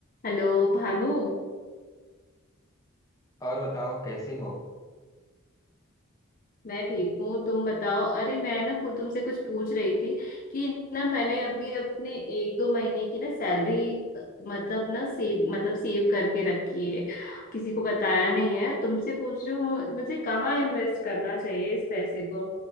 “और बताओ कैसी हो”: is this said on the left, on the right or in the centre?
Left